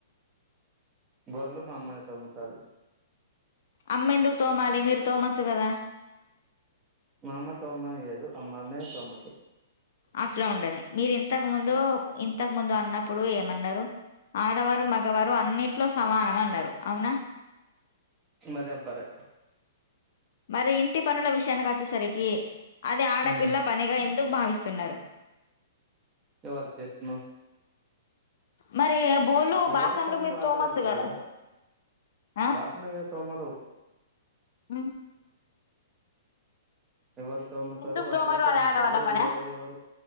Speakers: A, on the right; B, on the left.
A: బోలు మా అమ్మనే తోముతారు
B: అమ్మ ఎందుకు తోమాలి మీరు తోమచ్చు కదా
A: మా అమ్మ తోమనియ్యదు అమ్మనే <unintelligible>
B: అట్లా ఉండది మీరు ఇంతకు ముందు ఇంతకు ముందు న్నప్పుడు ఏమన్నారు ఆడవారు మగవారు అన్నిట్లో సమానమ అన్నారు అవునా
A: బరాబర్
B: మరి ఇంటి ఇంట్లో పనుల విషయానికి వచ్చే సరికి అది ఆడపిల్ల
A: ఉమ్
B: పనిగా ఎందుకు భావిస్తున్నారు
A: ఎవరు చేస్తున్నావ్
B: మరి బోళ్ళు,
A: ఎవ్వరు
B: బాసన్లు
A: పనులు
B: మీరు
A: వాళ్ళే
B: తోమొచ్చు
A: చేస్తారు
B: గదా!
A: కదా
B: ఆ!
A: బాసన్న తోమలు
B: హ్మ్.
A: ఎవరు తోమ్ముతారు
B: ఎందుకు
A: వాళ్ళే
B: తోమరు?
A: తోమ్ముతారు
B: అది ఆడవాళ్ళ పనా?
A: ఎవరు ఎవరు